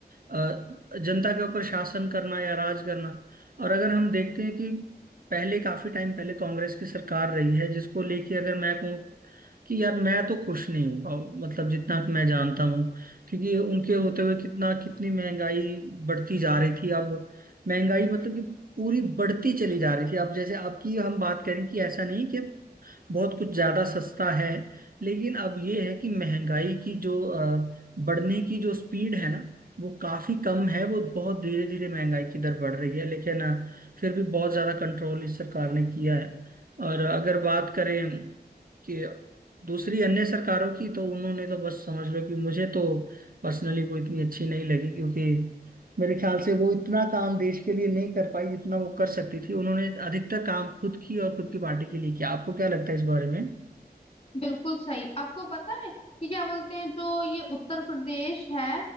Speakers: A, on the right; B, on the left.
A: अ, जनता के ऊपर शासन करना या राज करना और अगर हम देखते हैं कि पहले काफी टाइम पहले कांग्रेस की सरकार रही है जिसको लेके अगर मैं कहूँ कि यार मैं तो खुश नहीं हूँ अब मतलब जितना कि मैं जानता हूँ क्योंकि उनके होते हुए कितना कितनी महंगाई बढ़ती जा रही थी अब महंगाई मतलब कि पूरी बढ़ती चली जा रही थी अब जैसे आपकी हम बात करें कि ऐसा नहीं कि बहुत कुछ ज्यादा सस्ता है लेकिन अब ये है कि महंगाई की जो अ, बढ़ने की जो स्पीड है ना वो काफी कम है वो बहुत धीरे धीरे महंगाई की दर बढ़ रही है लेकिन अ, फिर भी बहुत ज्यादा कंट्रोल इस सरकार ने किया है और अगर बात करें कि दूसरी अन्य सरकारों की तो उन्होंने तो बस समझ लो कि मुझे तो पर्सनली कोई इतनी अच्छी नहीं लगी क्योंकि मेरे ख्याल से वो इतना काम देश के लिए नहीं कर पाई जितना वो कर सकती थी उन्होंने अधिकतर काम खुद की और खुद की पार्टी के लिए किया आपको क्या लगता है इस बारे में
B: बिल्कुल सही आपको पता है कि क्या बोलते हैं जो ये उत्तर प्रदेश है